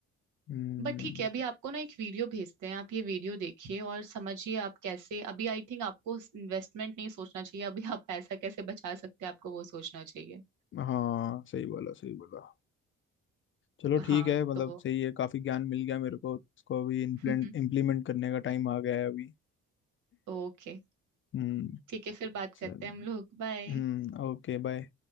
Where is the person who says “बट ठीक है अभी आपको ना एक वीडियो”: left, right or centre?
Right